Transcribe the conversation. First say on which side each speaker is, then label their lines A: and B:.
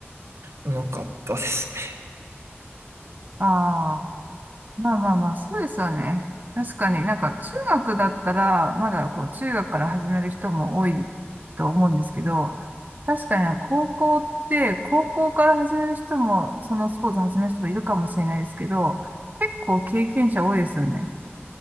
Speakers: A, on the right; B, on the right.
A: うまかったですね。
B: ああ。まあまあまあ、そうですよね。確かになんか中学だったら、まだこう中学から始める人も多いと思うんですけど、確かに高校って、高校から始める人も、そのスポーツ始める人もいるかもしれないですけど、結構経験者多いですよね。